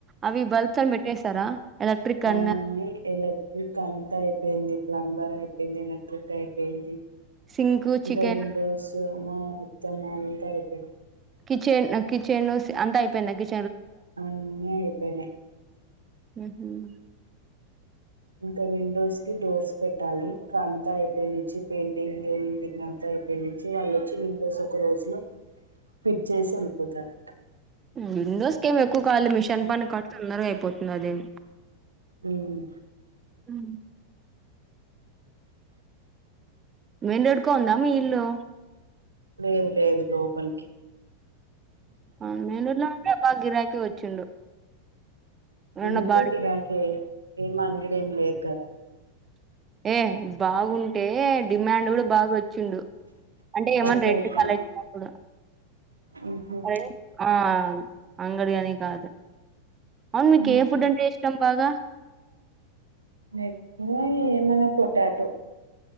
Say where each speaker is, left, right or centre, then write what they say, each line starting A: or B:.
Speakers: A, on the right (about 20°); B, on the right (about 80°).
A: అవి బల్బ్స్ అన్ని పెట్టేసారా ఎలక్ట్రిక్
B: అన్ని
A: అన్న
B: ఎలక్ట్రక్ అంతా పోయింది ప్లంబర్ అయిపోయింది ఎలక్ట్రిక్ అయిపోయింది
A: సింక్ చికెన్
B: ఇంకా విండోస్ మొత్తం అంత ఐపోయింది
A: కిచెన్ కిచెన్ స్ అంత అయిపోయింద కిచ
B: అన్ని ఐపోయినై
A: హు హ్మ్మ్
B: ఇంకా విండోస్ కి డోర్స్ పెట్టాలి ఇంకా అంతా అయిపోయి నుంచి పెయింటింగ్ పెయింటింగ్ అంతా అయిపోయి నుంచి వాళ్ళుొచ్చి విండోస్ ఒక రోజు లో ఫిట్ చేసి వెళ్ళిపోతారంట.
A: విండోస్కి ఏమి ఎక్కువకాలి మిషన్ పని కడుతున్నారు అయిపోతుంది అదేం
B: హ్మ్మ్
A: ఉమ్ మేన్ రోడ్ కొ ఉందా మీ ఇల్లు
B: లేదు లేదు లోపల్కి
A: ఉమ్ మేన్ రోడ్ లొ ఉంటే బాగ గిరాకీ కి వచ్చిండు ఏమన్నా
B: ఎందుకు
A: బాడికి
B: గిరాకే ఏమ ఇక్కడేం లేదు కదా
A: ఏ బాగుంటే డిమాండ్ కూడా బాగా వచ్చిండు అంటే ఏమన్నా
B: ఓకే
A: రెట్
B: ఓకే
A: కళ వచ్చినప్పుడు
B: ఉహు
A: అర ఆ అవును బిర్యానీ కాదు అవును మీకు
B: ఉహు.
A: ఏ ఫుడ్ అంటే ఇష్టం బాగా
B: నప్పు ఏ మన పొటాటో